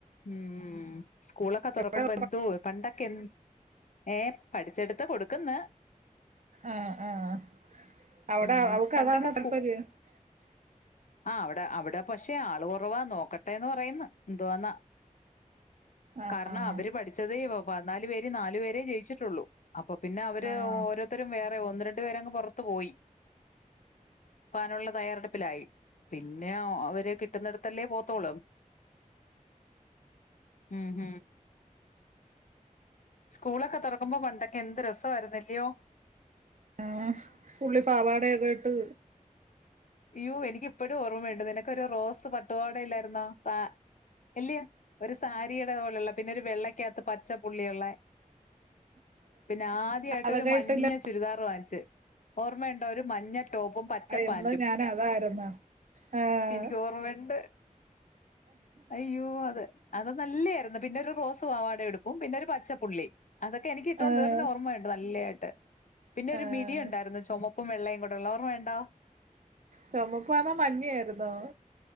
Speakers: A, on the left (about 65°); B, on the right (about 65°).
A: മ് സ്കൂളൊക്കെ തൊറക്കുമ്പോ
B: എവിടെ
A: എന്തോ പണ്ടൊക്കെ എന്ത് ഏ പഠിച്ചെടത്ത കൊടുക്ക്ന്ന്
B: ആഹ് ആഹ് അവിടെ
A: മ്
B: അവക്ക്
A: പണ്ടൊക്കെ
B: <unintelligible>
A: ആ അവിടെ അവിടെ പഷേ ആളുകൊറവ നോക്കട്ടെന്ന് പറയുന്നു ന്തോന്നാ
B: ആഹ്
A: കാരണം അവരു പഠിച്ചതേ <unintelligible> പതിനാലു പേരിൽ നാലുപേരെ ജയിച്ചിട്ടുള്ളു അപ്പൊ പിന്നെ അവര്
B: ആഹ്
A: ഓരോത്തരും വേ ഒന്നുരണ്ടുപേരങ്ങു പൊറത്തുപോയി ക്കാനുള്ള തയാറെടുപ്പിലായി പിന്നെ അവര് കിട്ടുന്നടത്തല്ലേ പോ ത്തൊള്ളൂ ഊം സ്കൂളൊക്കെ തൊറക്കുമ്പോൾ പണ്ടൊക്കെ എന്ത് രസാരുന്നു അല്ലയോ
B: ആ പുള്ളി പാവാട ഒക്കെ ഇട്ട്
A: യ്യോ എനിക്ക് ഇപ്പോഴും ഓർമ്മയുണ്ട് നിനക്ക് ഒരു റോസ് പട്ടുപാവാടയില്ലായിരുന്നോ പാ ഇല്ലയോ ഒരു സാരിയുടെ പോലുള്ള പിന്നെ വെള്ളക്കാകത്ത് പച്ചപുള്ളിയൊള്ള പിന്നെ ആദ്യായിട്ട്
B: അതൊക്കെ
A: ഒരു മഞ്ഞ
B: ഇട്ടില്ല
A: ചുരിദാറ് വാങ്ങിച്ച് ഓർമ്മയുണ്ടോ ഒരു മഞ്ഞ ടോപ്പും പച്ചപ്പാന്റും
B: എന്നും ഞാന് അതായിരുന്നു ആഹ്
A: എനിക്കോർമ്മയൊണ്ട് അയ്യോ അത് അത് നല്ലെയാരുന്നു പിന്നൊരു റോ റോസ് പാവാടയും ഉടുപ്പും പിന്നൊരു പച്ചപുള്ളി അതൊക്കെ എനിക്ക് ഇട്ടോണ്ട്
B: ആഹ്
A: വരുന്ന ഓർമ്മയൊണ്ട് നല്ലെയാട്ട് ട്ട് പിന്നെ
B: ആഹ്
A: ഒരു മിഡി ഒണ്ടായിരുന്നു ചൊമപ് റുപ്പും വെള്ളയും കൂടൊള്ള ഓർമ്മയൊണ്ടോ
B: ചൊമപ്പോ അതോ മഞ്ഞയായിര്ന്നോ?